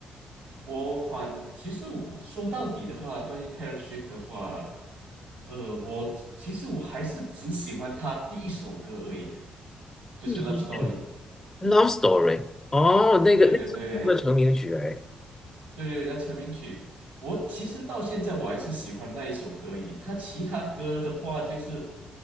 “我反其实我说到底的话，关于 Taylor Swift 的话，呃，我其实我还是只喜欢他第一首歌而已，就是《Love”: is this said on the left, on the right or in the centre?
Right